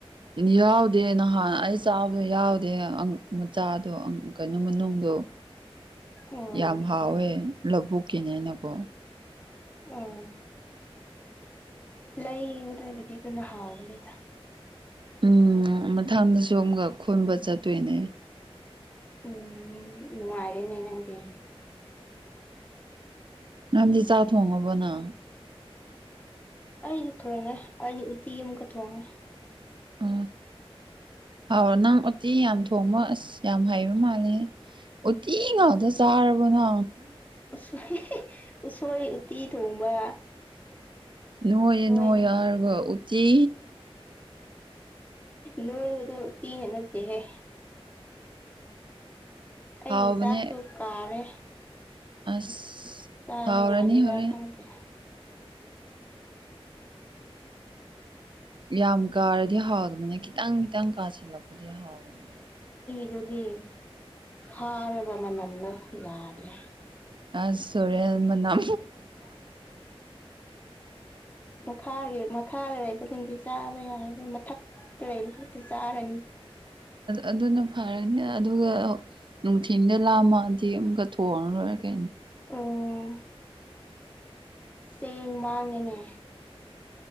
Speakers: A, on the right (about 50°); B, on the left (about 15°).
A: ꯌꯥꯎꯗꯦ ꯅꯍꯥꯟ ꯑꯩ ꯆꯥꯕꯗꯣ ꯌꯥꯎꯗꯦ ꯃꯆꯥꯗꯣ ꯀꯩꯅꯣ ꯃꯅꯨꯡ ꯑꯗꯣ
B: ꯑꯣ
A: ꯌꯥꯝ ꯍꯥꯎꯋꯦ ꯂꯧꯕꯨꯛꯀꯤꯅꯦꯅꯀꯣ
B: ꯑꯣ ꯂꯩ ꯑꯣꯗꯗꯤ ꯑꯗꯨꯅꯍꯥꯎꯒꯅꯤꯗ
A: ꯎꯝ ꯃꯊꯪꯗꯁꯨ ꯑꯃꯨꯛꯀ ꯈꯣꯟꯕ ꯆꯠꯇꯣꯏꯅꯦ
B: ꯎꯝ ꯍꯥꯏꯅꯦꯅꯪꯗꯤ
A: ꯅꯪꯗꯤ ꯆꯥꯛ ꯊꯣꯡꯉꯕꯅ
B: ꯑꯩꯁꯨ ꯊꯣꯡꯉꯦ ꯑꯩꯩꯅ ꯎꯇꯤ ꯑꯃꯨꯛꯀ ꯊꯣꯡꯉꯦ
A: ꯑ ꯍꯥꯎ ꯅꯪ ꯎꯇꯤ ꯌꯥꯝ ꯊꯣꯡꯕ ꯑꯁ ꯌꯥꯝ ꯍꯩꯕ ꯃꯥꯜꯂꯦ ꯑꯇ ꯉꯍꯗ ꯆꯥꯔꯕꯅ
B: ꯎꯁꯣꯏ ꯎꯁꯣꯏ ꯎꯇꯤ ꯊꯣꯡꯕ
A: ꯅꯣꯏꯌꯦꯦ
B: ꯁꯣꯏ
A: ꯅꯣꯏ ꯌꯥꯔꯒ ꯎꯆ ꯎꯆꯤ
B: ꯂꯣꯏꯔꯗꯨ ꯇꯤ ꯅꯅꯠꯇꯦꯍꯦ ꯑꯩꯒꯤ
A: ꯍꯥꯎꯕꯅꯦ
B: ꯆꯥꯛꯁꯨ ꯀꯥꯔꯦ
A: ꯑꯁ
B: ꯆꯕꯩ
A: ꯍꯥꯎꯔꯅꯤ
B: ꯌꯥꯒꯤ ꯔ
A: ꯍꯣꯔꯦꯟ
B: ꯈ ꯅꯗꯤ
A: ꯌꯥꯝ ꯀꯥꯔꯗꯤ ꯍꯥꯎꯗꯕꯅꯦ ꯈꯤꯇꯪ ꯈꯤꯇꯪ ꯀꯥꯁꯤꯜꯂꯛꯄꯗꯤ ꯍꯥꯎꯕꯅꯦꯕ
B: ꯑꯗꯨꯗꯤ ꯐꯥꯔꯕ ꯃꯅꯝꯗꯣ ꯌꯥꯗ꯭ꯔꯦ
A: ꯑ ꯁꯨꯔꯦꯜ ꯃꯅ
B: ꯃꯈꯥꯒꯤ ꯃꯈꯥ ꯂꯩ ꯨꯡꯒꯤ ꯆꯥꯕ ꯌꯥꯔꯒ ꯃꯊꯛ ꯂꯩꯕ ꯈꯛꯇ ꯆꯥꯔꯅꯤ
A: ꯑꯗꯨꯅ ꯐꯔꯅꯤ ꯑꯗꯨꯒ ꯅꯨꯡꯊꯤꯟꯗ ꯂꯥꯝꯃꯗꯤ ꯑꯃꯨꯛꯀ ꯊꯑ ꯂꯣꯏꯔ ꯀ
B: ꯑꯣ ꯁ ꯃꯥꯡ ꯑꯦꯅꯦ